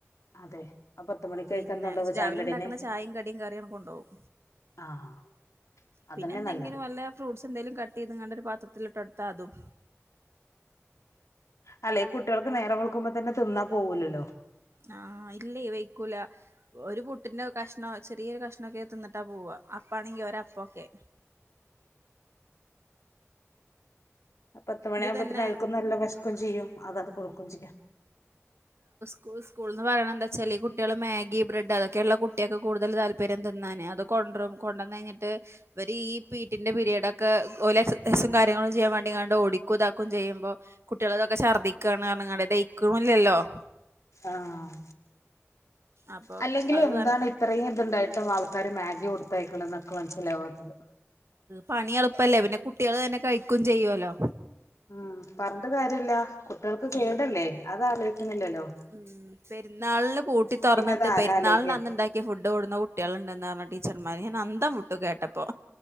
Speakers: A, on the left; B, on the right.
A: അതെ അപത്ത്മണിക്കഴിക്കാന്തൊണ്ടോവ
B: പിന്നെ രാവിലെ
A: ചായിം കടിന്നെ
B: ഉണ്ടാക്കുന്ന ചായയും കടിയും കറിയും കൊണ്ടോവും
A: ആഹ്
B: പിന്നെ
A: അതന്നെ
B: എന്തെങ്കിലും
A: നല്ലത്
B: വല്ല ഫ്രൂട്ട്സ് എന്തേലും കട്ടീത്ങ്ങാണ്ട് ഒര് പാത്രത്തിലിട്ടൊട്ത്ത അതും
A: അല്ല ഈ കുട്ടീൾക്ക് നേരം വെള്ക്കുമ്പൊ തന്നെ തിന്നാ പോവൂലലൊ
B: ആഹ് ഇല്ലെ വെയ്ക്കൂല ഒരു പുട്ടിന്റെ കഷ്ണൊ ചെറീയൊര് കഷ്ണൊക്കെ തിന്നിട്ടാ പോവ അപ്പാണെങ്കി ഒരപ്പൊക്കെ
A: പത്ത് മണിയാവുമ്പത്തിന്
B: ഇത് തന്നെ
A: അവർക്കും നല്ലം വെശ്ക്കും ചെയ്യും അതത് കൊടുക്കും ചിയ്യ
B: സ് സ്കൂള്ന്ന് പറീണെന്താച്ചാല് കുട്ടീള് മാഗീ ബ്രെഡ് അതൊക്കേണ്ല്ലൊ കുട്ടീക്ക് കൂടുതൽ താല്പര്യം തിന്നാന് അതൊ കൊണ്ട്രും കൊണ്ടന്നെഴ്ഞ്ഞ്ട്ട് ഇവരീ പീട്ടിന്റെ പിരീടൊക്കെ ഓലെ എക്സറസൈസും കാര്യങ്ങളൊക്കെ ചെയ്യാൻ വേണ്ടി ഓടിക്കുതാക്കും ചെയ്യുമ്പൊ കുട്ടീളെതൊക്കെ ശർദ്ദിക്കാണ് പറഞ്ങാണ്ട് ദഹിക്ക്ണില്ലലൊ
A: ആഹ്
B: അപ്പൊ
A: അല്ലെങ്കിലെന്താണ്
B: അത് പറ
A: ഇത്രീംത്ണ്ടായിട്ടും ആൾക്കാര് മാഗി കൊടുത്തയ്ക്ക്ണ് ഇക്ക് മനസ്സ്ലാവത്തത്
B: പണിയെൾപ്പല്ലെ പിന്നെ കുട്ടീള് തന്നെ കഴിക്കും ചെയ്യോല്ലൊ
A: ഉം പറഞ്ട്ട് കാര്യല്ലാ കുട്ടീൾക്ക് കേടല്ലെ
B: ഈ
A: അത് ആലോയ്ക്ക്ണ്ല്ലലൊ
B: ഉം പെരുന്നാള്ന് പൂട്ടി തൊറന്ന്ട്ട്
A: അത് ആരാ
B: പെരൂന്നാള്ന്
A: ആലോചിക്ക
B: അന്ന്ണ്ടാക്കിയ ഫുഡ്ഡ് കൊണ്ട്ന്ന കുട്ടീള്ണ്ട്ന്ന പറഞ്ഞ ടീച്ചർമാര് ന്നന്തം വിട്ടു കേട്ടപ്പൊ